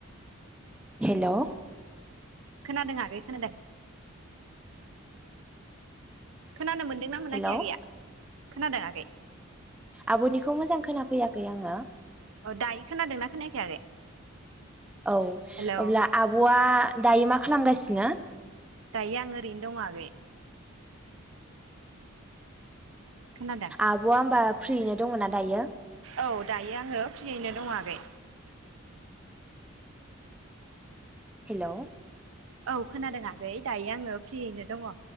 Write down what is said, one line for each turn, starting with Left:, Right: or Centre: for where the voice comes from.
Centre: हेलौ
Right: खोनादों आगै खोनादों। खोनानो मोन्दोंना मोनाखै
Centre: हेलौ
Right: गैया? खोनादों आगै
Centre: आब'निखौ मोजां खोनाफैयाखै। खै आङो।
Right: अ दायो खोनादोंना खोनायाखै आगै?
Centre: औ
Right: हेलौ
Centre: अब्ला आब'आ दायो मा खालामगासिनो?
Right: दायो आं ओरैनो दं आगै खोनादों
Centre: आब'आ होमबा फ्रियैनो
Right: औ
Centre: दङना दायो
Right: औ दायो आङो फ्रियैनो दं आगै।
Centre: हेलौ
Right: औ खोनादों आगै दायो आङो फ्रियैनो दङ